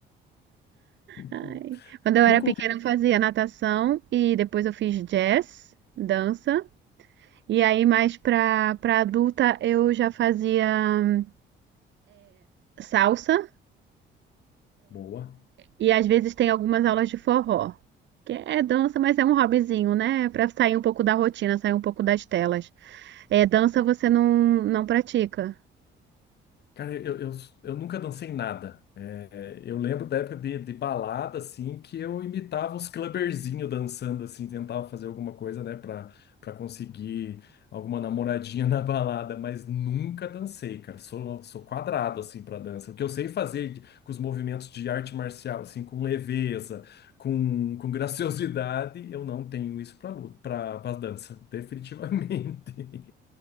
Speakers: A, on the left; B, on the right.
A: Nunca
B: Ai. Quando eu era pequena,
A: nunca
B: eu fazia natação e depois eu fiz jazz, dança. E aí, mais pra, pra adulta, eu já fazia salsa
A: Boa.
B: e às vezes tem algumas aulas de forró. Que é dança, mas é um hobbyzinho, né? É Pra sair um pouco da rotina, sair um pouco das telas. É, dança você não, não pratica.
A: Cara, eu, eu, eu nunca dancei nada. É, eu lembro da época de, de balada, assim, que eu imitava os clubberzinhos dançando, assim, tentava fazer alguma coisa, né, pra, pra conseguir alguma namoradinha <laughs> na balada, mas nunca dancei, cara. Sou, sou quadrado, assim, pra dança. O que eu sei fazer de- com os movimentos de arte marcial, assim, com leveza, com, com graciosidade, eu não tenho isso pra luta, pra, pra dança, <laughs> definitivamente.